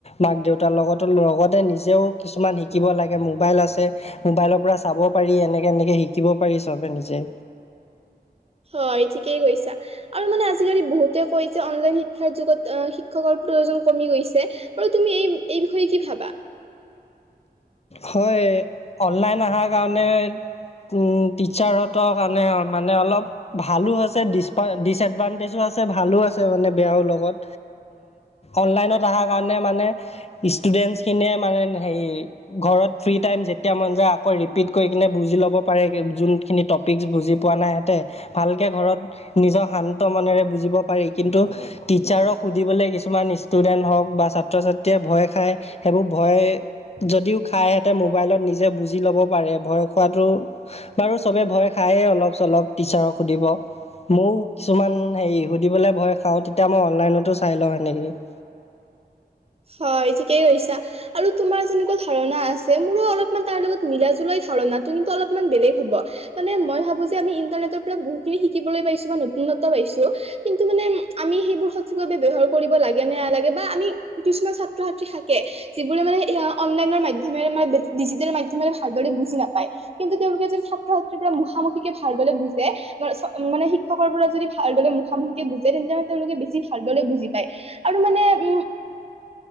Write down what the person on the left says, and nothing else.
মাক দেউতাৰ লগতো লগতে নিজেও কিছুমান শিকিব লাগে মোবাইল আছে। মোবাইলৰ পৰা চাব পাৰি এনেকে এনেকে শিকিব পাৰি চবে নিজে।
হয় অনলাইন অহাৰ কাৰণে উম টিচাৰ হতৰ কাৰণে মানে অলপ ভালো হৈছে ডিচএডভানটেজো আছে ভালো আছে মানে বেয়াও লগত অনলাইনত অহাৰ কাৰণে মানে ষ্টুডেণ্টছখিনিয়ে মানে হেৰি ঘৰত ফ্ৰী টাইম যেতিয়া মন যায় আকৌ ৰিপিট কৰি কিনে বুজি ল'ব পাৰে যোনখিনি টপিক্ছ বুজি পোৱা নাই হেঁতে ভালকে ঘৰত নিজৰ শান্ত মনেৰে বুজিব পাৰি কিন্তু টিচাৰক সুধিবলৈ কিছুমান ষ্টুডেণ্ট হওক বা ছাত্ৰ ছাত্ৰীয়ে ভয় খায় সেইবোৰ ভয় যদিও খাইহেঁতে মোবাইলত নিজে বুজি ল'ব পাৰে ভয় খোৱাতো বাৰু চবে ভয় খাই অলপ চলপ টিচাৰক সুধিব মোক কিছুমান হেৰি সুধিবলৈ ভয় খাওঁ তেতিয়া মই অনলাইনতো চাই লওঁ সেনেকি <inaudible>